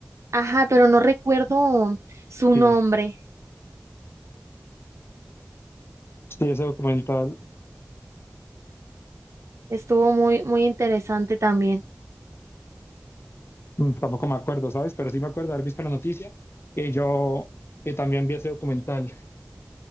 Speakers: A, on the right; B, on the left.
A: Ajá, pero no recuerdo su nombre.
B: Sí, sí, ese documental,
A: Estuvo muy, muy interesante también.
B: mm, tampoco me acuerdo, ¿sabes? Pero sí me acuerdo de haber visto la noticia. Y yo eh, también vi ese documental.